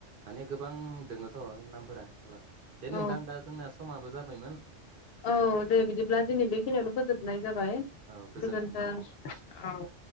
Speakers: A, on the right (about 55°); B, on the left (about 60°).
A: माने गोबां दङथ' नामफोरा आलादा दे
B: औ
A: नोंथां दा जोंना समाबो जाबाय <unintelligible>
B: औ दे बिदिब्ला दिनै बेखिनियावनो फोजोबनाय जाबाय
A: औ गोजोन्थों
B: गोजोनथों औ।